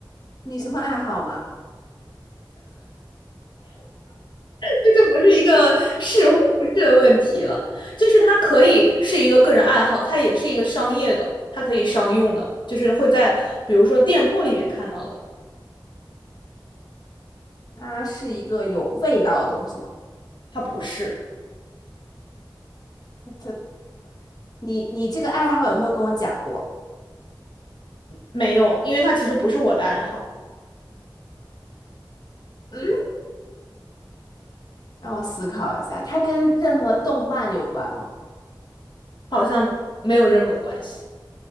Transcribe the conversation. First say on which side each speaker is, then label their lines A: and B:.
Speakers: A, on the left; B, on the left.
A: 你什么爱好嘛？
B: 这就不是一个是或不是的问题了，就是它可以是一个个人爱好，它也是一个商业的，它可以商用的，就是会在比如说店铺里面看到的，
A: 它是一个有味道的东西吗？
B: 它不是，
A: 它，你你这个爱好有没有跟我讲过？
B: 没有，因为它其实不是我的爱好，
A: 嗯，让我思考一下，它跟任何动漫有关吗？
B: 好像没有任何关系，